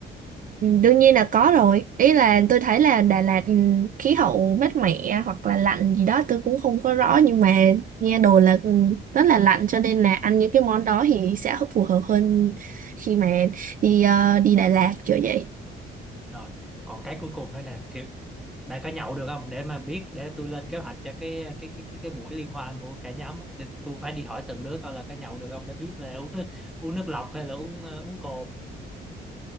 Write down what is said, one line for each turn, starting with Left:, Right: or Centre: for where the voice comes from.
Right: Ừ, Đương nhiên là có rồi. Ý là tôi thấy là Đà Lạt ừ, khí hậu mát mẻ hoặc là lạnh gì đó tôi cũng không có rõ nhưng mà nghe đồn là ừ, rất là lạnh cho nên là ăn những cái món đó thì sẽ phù hợp hơn khi mà đi ờ, đi Đà Lạt kiểu vậy.
Centre: Rồi, còn cái cuối cùng đó nè, kiểu bà có nhậu được không? Để mà biết để tôi lên kế hoạch cho cái cái cái cái, cái buổi liên hoan của cả nhóm. á. Để tôi phải đi hỏi từng đứa coi là có nhậu được không để biết là uống nước uống nước lọc hay là uống ờ, uống cồn.